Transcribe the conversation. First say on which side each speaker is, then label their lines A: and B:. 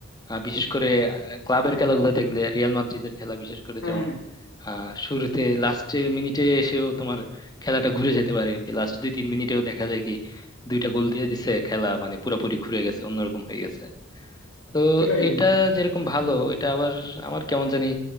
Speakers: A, on the left; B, on the left.
A: আহ, বিশেষ করে ক্লাবের খেলাগুলো দেখলে রিয়াল মাদ্রিদের খেলা বিশেষ করে
B: হ্যাঁ
A: যেমন
B: হ্যাঁ
A: আহ শুরুতে লাস্টের মিনিটে এসেও তোমার খেলাটা ঘুরে যেতে পারে আর কি লাস্ট দুই তিন মিনিটেও দেখা যায় কি দুইটা গোল দিয়ে দিছে খেলা মানে পুরোপুরি ঘুরে গেছে অন্যরকম হয়ে গেছে তো
B: সেটাই বন্ধু
A: এটা যেরকম ভালো এটা আবার আমার কেমন জানি